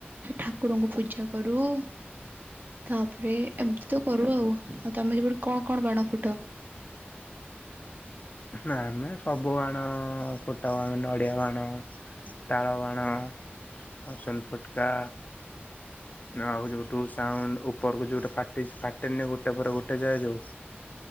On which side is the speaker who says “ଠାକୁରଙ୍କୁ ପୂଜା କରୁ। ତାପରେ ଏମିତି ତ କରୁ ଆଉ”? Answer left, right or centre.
Right